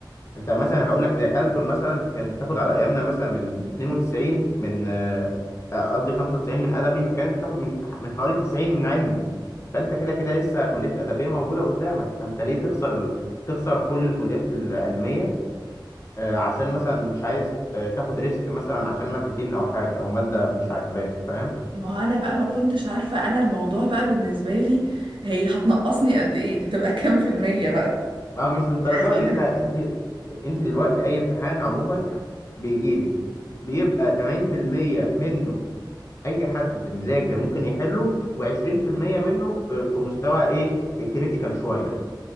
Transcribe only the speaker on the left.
انت مثلا هقول لك زي ألسن مثلا كانت بتاخد على ايامنا مثلا من 92 من آه، قصدي 95 من ادبي فكانت بتاخد من من حوالي 90 من علمي فانت كده كده لسه كليه الادبيه موجوده قدامك فانت ليه تخسر ال- تخسر كل الكليات العلميه آه، عشان مثلا مش عايز ت- تاخد ريسك مثلا عشان مادتين او حاجه او ماده مش عاجباك فاهم
ما هو مش للدرجه
دي انت
انت انت دلوقتي اي امتحان عموما بيجي لك بيبقى 80% منه اي حد مذاكر ممكن يحله و20% منه في في مستوى ايه الكريتيكال شويه